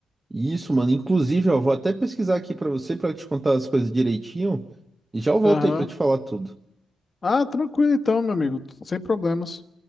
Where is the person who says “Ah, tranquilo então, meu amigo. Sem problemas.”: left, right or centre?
Left